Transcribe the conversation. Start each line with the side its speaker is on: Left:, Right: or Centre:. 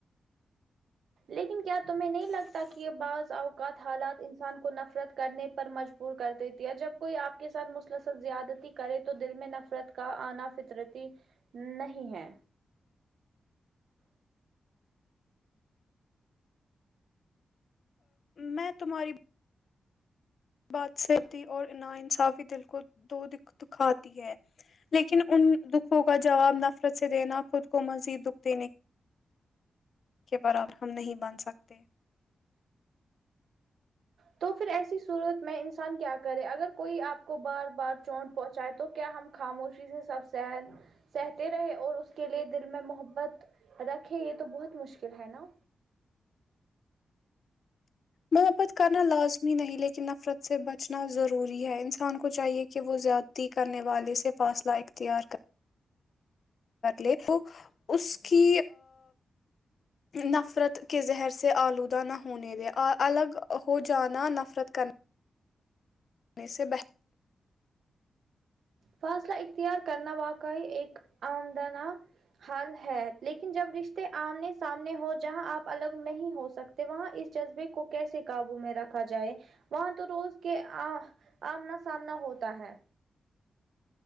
Right: لیکن کیا تمہیں نہیں لگتا کہ یہ بعض اوقات حالات انسان کو نفرت کرنے پر مج بور کر دیتی ہے جب کوئی آپ کے ساتھ مسلسل زیادتی کرے تو دل میں نفرت کا آنا فطرتی نہیں ہے
Left: میں تمہاری بات سہتی اور نا انصافی دل کو دو دکھ دکھاتی ہے لیکن ان دکھوں کا جواب نفرت سے دینا خود کو مزید دکھ دینے کے برابر ہم نہیں بن سکتے
Right: تو پھر ایسی صورت میں انسان کیا کرے اگر کوئی آپ کو بار بار چونٹ پہنچائے تو کیا ہم خاموشی سے سب سہتے رہے اور اس کے لیے دل میں محبت رکھے یہ تو بہت مشکل ہے نا
Left: محبت کرنا لازمی نہیں لیکن نفرت سے بچنا ضروری ہے انسان کو چاہیے کہ وہ زیادتی کرنے والے سے فاصلہ اختیار کر لے تو اس کی نفرت کے زہر سے آلودہ نہ ہونے دے الگ ہو جانا نفرت کر نے سے بہتر
Right: فاصلہ اختیار کرنا واقعی ایک آمدنا حال ہے لیکن جب رشتے آمنے سامنے ہو جہاں آپ الگ نہیں ہو سکتے وہاں اس جذبے کو کیسے قابو میں رکھا جائے وہاں تو روز کے آ آمنا سامنا ہوتا ہے